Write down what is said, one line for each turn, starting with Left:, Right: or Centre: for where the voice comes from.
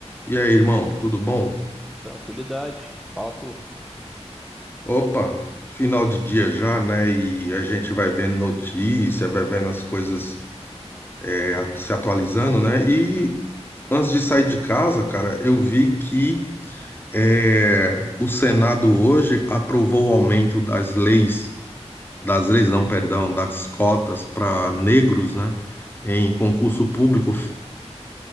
Left: E aí, irmão, tudo bom?
Centre: Tranquilidade. Fala tu.
Left: Opa, final de dia já, né? E a gente vai vendo notícia, vai vendo as coisas é, atu- se atualizando, né? E antes de sair de casa, cara, eu vi que é, o Senado hoje aprovou o aumento das leis, das leis não, perdão, das cotas para negros, né? Em concurso público f-